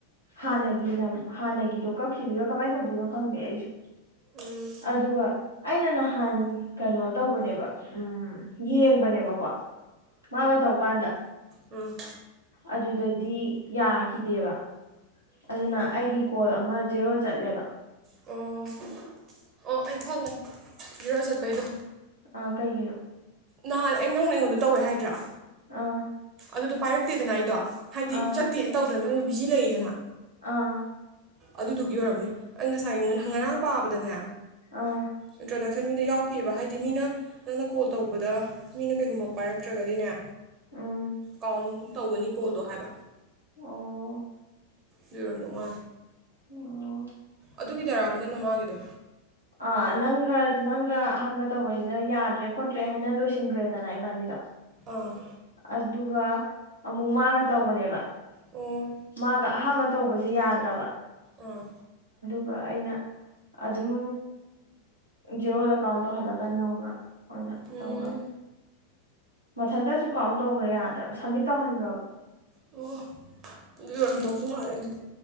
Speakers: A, on the left (about 85°); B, on the right (about 35°).
A: ꯍꯥꯟꯅꯒꯤꯅ ꯍꯥꯟꯅꯒꯤꯗꯣ ꯀꯛꯈꯤꯗꯣꯏꯔꯥ ꯀꯃꯥꯏꯅ ꯇꯧꯗꯣꯏꯅꯣ ꯈꯪꯗꯦ ꯑꯩꯁꯨ
B: ꯎꯝ
A: ꯑꯗꯨꯒ ꯑꯩꯅ ꯅꯍꯥꯟ ꯀꯩꯅꯣ ꯇꯧꯕꯅꯦꯕ ꯎꯝ ꯌꯦꯡꯕꯅꯦꯕꯀꯣ ꯃꯥꯒ ꯇꯧꯀꯥꯟꯗ
B: ꯎꯝ
A: ꯑꯗꯨꯗꯗꯤ ꯌꯥꯈꯤꯗꯦꯕ ꯑꯗꯨꯅ ꯑꯩꯒꯤ ꯀꯣꯜ ꯑꯃ ꯖꯦꯔꯣ ꯆꯠꯂꯦꯕ
B: ꯑꯣ ꯑꯣ ꯑꯩ ꯈꯪꯉꯣ ꯔꯣꯖꯠ ꯕꯩꯗꯣ
A: ꯑ ꯀꯩꯒꯤꯅꯣ
B: ꯅꯍꯥꯟ ꯑꯩ ꯅꯪꯅ ꯑꯩꯉꯣꯟꯗ ꯇꯧꯋꯦ ꯍꯥꯏꯗ꯭ꯔꯥ
A: ꯑꯥ
B: ꯑꯗꯨꯗꯣ ꯄꯥꯏꯔꯛꯇꯦꯗꯅ ꯑꯩꯗꯣ ꯍꯥꯏꯗꯤ
A: ꯑꯥ
B: ꯆꯠꯇꯦꯅ ꯇꯧꯗ꯭ꯔꯥ ꯅꯪꯅ ꯕꯤꯖꯤ ꯂꯩꯦꯅ
A: ꯑꯥ
B: ꯑꯗꯨꯗꯨꯒꯤ ꯑꯣꯏꯔꯝꯅꯦ ꯑꯩ ꯉꯁꯥꯏ ꯉꯔꯥꯡ ꯄꯥꯕꯗꯅꯦ
A: ꯑꯥ
B: ꯏꯟ꯭ꯔꯣꯗ ꯃꯈꯟ ꯃꯤꯗ ꯌꯥꯎꯈꯤꯑꯕ ꯍꯥꯏꯗꯤ ꯃꯤꯅ ꯅꯪꯅ ꯀꯣꯜ ꯇꯧꯕꯗ ꯃꯤꯅ ꯀꯩꯒꯨꯝꯕ ꯄꯥꯏꯔꯛꯇ꯭ꯔꯒ ꯑꯅ
A: ꯎꯝ
B: ꯀꯥꯎꯟ ꯇꯧꯒꯅꯤ ꯀꯣꯜꯗꯣ ꯍꯥꯏꯕ
A: ꯑꯣ
B: ꯔꯣꯟꯗ ꯃꯥ
A: ꯑꯣ
B: ꯑꯗꯨꯒꯤꯗꯔꯥꯕ ꯅꯪꯅ ꯃꯥꯡꯒꯤꯗꯣ
A: ꯑꯥ ꯅꯪꯒ ꯅꯪꯒ ꯑꯍꯥꯟꯕ ꯇꯧꯕꯩꯗ ꯌꯥꯗ꯭ꯔꯦ ꯈꯣꯠꯇ꯭ꯔꯦ ꯍꯥꯏꯅ ꯂꯣꯏꯁꯤꯟꯈ꯭ꯔꯦꯗꯅ ꯏꯕꯥꯅꯤꯗꯣ
B: ꯑꯣ
A: ꯑꯗꯨꯒ ꯑꯃꯨꯛ ꯃꯥꯒ ꯇꯧꯕꯅꯦꯕ
B: ꯑꯣ
A: ꯃꯥꯒ ꯑ ꯃ ꯇꯧꯕꯁꯤꯦ ꯌꯥꯗ꯭ꯔꯕ
B: ꯑꯥ
A: ꯑꯗꯨꯒ ꯑꯩꯅ ꯑꯗꯨꯝ ꯖꯦꯔꯣꯗ ꯀꯥꯎꯟ ꯇꯧꯍꯜꯂꯒ ꯅꯧꯅ ꯑꯣꯏꯅ
B: ꯎꯝ
A: ꯇꯧꯔꯕ ꯃꯊꯟꯇꯁꯨ ꯀꯥꯎꯟ ꯇꯧꯈ꯭ꯔꯥ ꯌꯥꯗ꯭ꯔꯕ ꯁꯕꯃꯤꯠ ꯇꯧꯍꯟꯈ꯭ꯔꯕ
B: ꯑꯣ ꯑꯗꯨ ꯑꯣꯏꯣꯏꯔꯝ ꯇꯧꯁꯨ ꯃꯥꯜꯂꯦ ꯑꯗꯨꯗꯤ